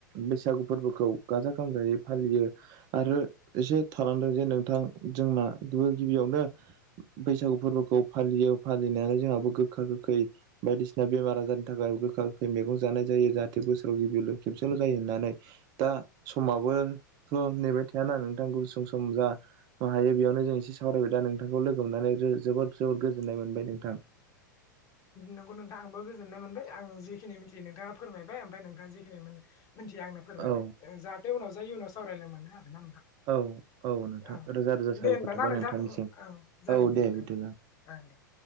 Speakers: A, on the right (about 35°); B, on the left (about 35°).
A: बैसागु फोरबोखौ गाजा गोमजायै फालियो आरो एसे थालांदों जे नोंथां जोंना गि गिबियावनो बैसागु फोरबोखौ फालियो फालिनायनानै जोंहाबो गोखा गोखै बायदिसिना बेमार आजार थाखाय गोखा गोखै मैगं जानाय जायो जाहाथे बोसोराव गिबिल खेबसेल' जायो होननानै दा समाबोथ' नेबाय थाया ना नोंथां नोंथ गुसुं सम ज हायो बेयावनो जों एसे सावरायबाय दा नोंथांखौ लोगो मोननानै जबोद जबोद गोजोननाय मोनबाय नोंथां
B: नोंगौ नोंथाङा आंबो गोजोननाय मोनबाय आं जिखिनि मिथियो नोंथाङा फोरमायबाय ओमफ्राय नोंथाङा जिखिनि मोनो मिथिया आंनो फोरमायबाय
A: औ
B: जाहाथे उनाव जाय इ उनाव सावरायलाय मोनो आरोना
A: औ औ नोंथां
B: ओं
A: रोजा रोजा साबायखर
B: दे हबा
A: थाबाय
B: ना नोंथां
A: नोंथांनिसिम
B: ओं जागोन
A: औ
B: दे नोंथां
A: बिदिब्ला
B: दे ओं दे